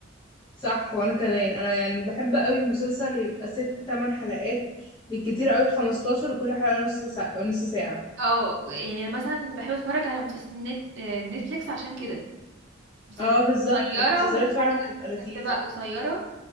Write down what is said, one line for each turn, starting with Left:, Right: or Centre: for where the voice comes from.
Left: صح وانا كمان انا يعني بحب قوي المسلسل يبقى ست تمن حلقات بالكتير قوي 15 وكل حلقه نص ساعه نص ساعه
Right: اه يعني انا مثلا بحب اتفرج على مسلسلات نت... آه، نتفليكس عشان كده مسلسلات
Left: اه بالظبط
Right: قصيره
Left: المسلسلات
Right: والحلقه
Left: فعلا بتبقى لذيذه
Right: بتبقى قصيره